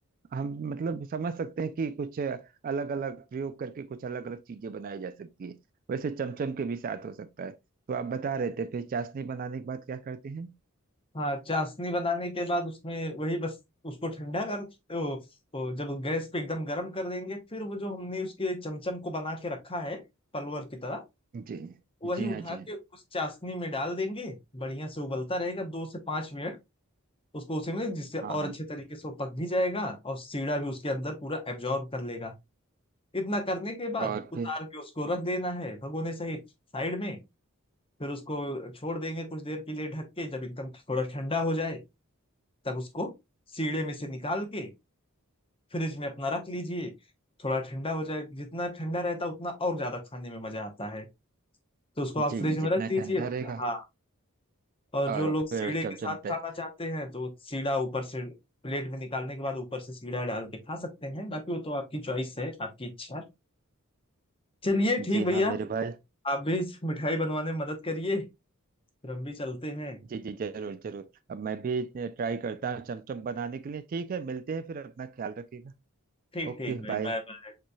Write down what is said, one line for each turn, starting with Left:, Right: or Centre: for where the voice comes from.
Right: हम मतलब समझ सकते हैं कि कुछ अलग अलग प्रयोग करके कुछ अलग अलग चीजें बनाई जा सकती है वैसे चमचम के भी साथ हो सकता है तो आप बता रहे थे फिर चाशनी बनाने के बाद क्या करते हैं
Left: हाँ चाशनी बनाने के बाद उसमें वही बस उसको ठंडा कर ओ, ओ, जब गैस पे एकदम गर्म कर देंगे फिर वो जो हमने उसके चमचम को बना के रखा है पलवर की तरह
Right: जी
Left: वही
Right: जी
Left: उठा
Right: हाँ जी
Left: के उस चाशनी में डाल देंगे बढ़िया से उबलता रहेगा दो से पांच मिनट उसको उसी में जिससे और
Right: हाँ हाँ हाँ।
Left: अच्छे तरीके से वो पक भी जाएगा और सीढ़ा भी उसके अंदर पूरा एब्जॉर्ब कर लेगा इतना करने के बाद
Right: और
Left: उतार
Right: फिर
Left: के उसको रख देना है भगोने सहित साइड में फिर उसको छोड़ देंगे कुछ देर के लिए ढक के जब एकदम थोड़ा ठंडा हो जाए तब उसको सीड़े में से निकाल के फ्रिज में अपना रख लीजिए थोड़ा ठंडा हो जाए जितना ठंडा रहता है उतना और ज्यादा खाने में मजा आता है तो उसको आप
Right: जी
Left: फ्रिज
Right: जी
Left: में
Right: जितना
Left: रख दीजिए
Right: ठंडा रहेगा
Left: हाँ और
Right: और
Left: जो लोग
Right: फिर
Left: सीड़े
Right: चमचम
Left: के साथ
Right: तय
Left: खाना चाहते हैं तो सीड़ा ऊपर से प्लेट में निकालने के बाद ऊपर से सीड़ा डाल के खा सकते हैं बाकी वो तो आपकी चॉइस है आपकी इच्छा चलिए ठीक
Right: जी
Left: भैया
Right: हाँ मेरे भाई
Left: आप भी इस मिठाई बनवाने में मदद करिए फिर हम भी चलते हैं
Right: जी जी जरूर जरूर अब मैं भी ट्राई करता हूँ चमचम बनाने के लिए ठीक है मिलते हैं फिर अपना ख्याल रखिएगा
Left: ठीक
Right: Okay
Left: ठीक भाई
Right: bye
Left: बाय बाय